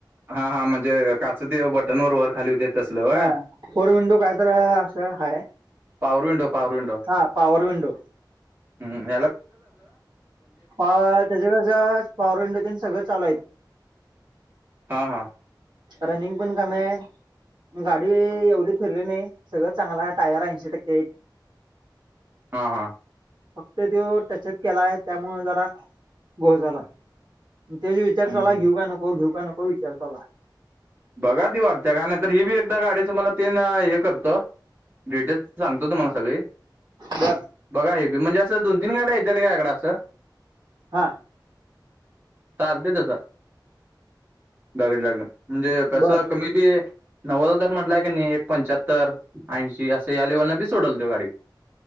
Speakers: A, on the right; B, on the right.
A: हा हा म्हणजे काच ते बटन वरोबर खाली होते. तसलं होय
B: हा फोर विंडो काय तर असं हाय,
A: पावरुंो पाववरुंो,
B: हा पॉवर विंडो.
A: हम्म,
B: त्याच्या कड़े पॉवरवर इंडन सगळं चाल्यांच
A: हा हा,
B: रनिंग पण कमी आहे. गाडी एवढी फिरली नाही सगळं चांगलाय टायर ऐंशी टक्के आहेत
A: हा हा
B: त्यो जो टच अप केलाय त्यामुळ जरा घोळ झालाय तेच विचार
A: हम्म.
B: चालू हाय घेऊ का नको घेऊ का नको विचार चालू हाय
A: बघा ती वाटत्या काय नाहीतर ही बी एकदा गाडी तुम्हाला तीन एक डिटेल सांगतो तुम्हाला सगळी
B: बर
A: बघा हे म्हणजे असं दोन तीन गाड्या येत्यात का इकड असं
B: हा
A: चालतंय तसं बघितल्या म्हणजे कसं
B: बर
A: कमी बी नव्वद हजार म्हंटलाय कणी एक पंच्याहत्तर ऐंशी अस यालय म्हटल्यावर बी सोडून द्यु गाडी